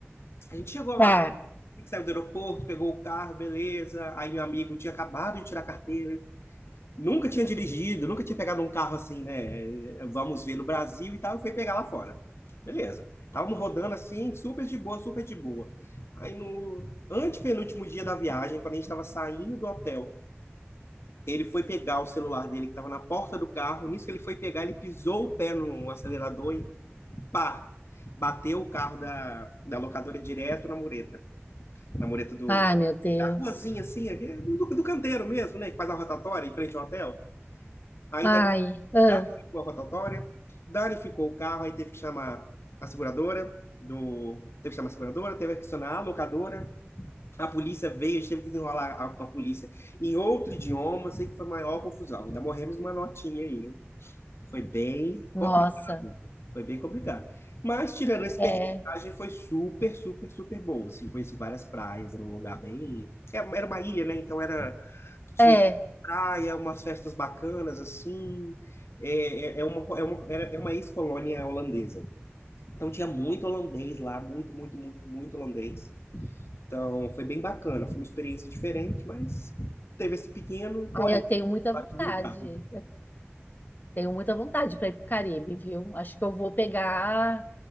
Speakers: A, on the left (about 65°); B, on the left (about 40°).
A: A gente chegou lá,
B: Tá.
A: tem que sair do aeroporto, pegou o carro, beleza. Aí meu amigo tinha acabado de tirar a carteira, nunca tinha dirigido, nunca tinha pegado um carro assim, né? Vamos ver no Brasil e tal, e foi pegar lá fora. Beleza. Estávamos rodando assim, super de boa, super de boa. Aí no antepenúltimo dia da viagem, quando a gente estava saindo do hotel, ele foi pegar o celular dele que estava na porta do carro. Nisso que ele foi pegar, ele pisou o pé no acelerador e pá! Bateu o carro da, da locadora direto na mureta. Na mureta do,
B: Ai, meu Deus.
A: da ruazinha assim, aqui, do, do canteiro mesmo, né? Que faz a rotatória em frente ao hotel. Aí
B: Ai,
A: da
B: ah,
A: Danificou a rotatória, danificou o carro, aí teve que chamar a seguradora do. Teve que chamar a seguradora, teve que acionar a locadora, a polícia veio, a gente teve que desenrolar a- com a polícia em outro idioma, sei que foi a maior confusão. Ainda morremos numa notinha aí, né? Foi bem
B: nossa.
A: complicado. Foi bem complicado. Mas, tirando esse
B: É,
A: perrengue, a viagem foi super, super, super boa. Assim, conheci várias praias, era um lugar bem. Era era uma ilha, né? Então era. Tinha
B: é.
A: praia, umas festas bacanas, assim. É, é, é uma, co- é uma, era- é uma ex-colônia holandesa. Então tinha muito holandês lá, muito, muito, muito, muito holandês. Então foi bem bacana. Foi uma experiência diferente, mas teve esse pequeno,
B: Ai,
A: porém,
B: eu tenho muita
A: abatido
B: vontade.
A: no carro.
B: Eu tenho muita vontade para ir pro Caribe, viu? Acho que eu vou pegar.